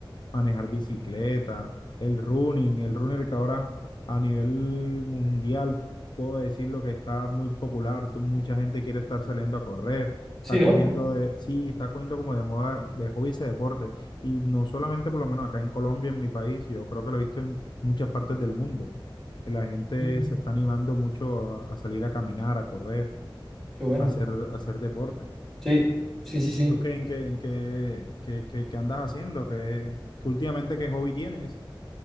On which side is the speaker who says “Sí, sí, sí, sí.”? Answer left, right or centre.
Centre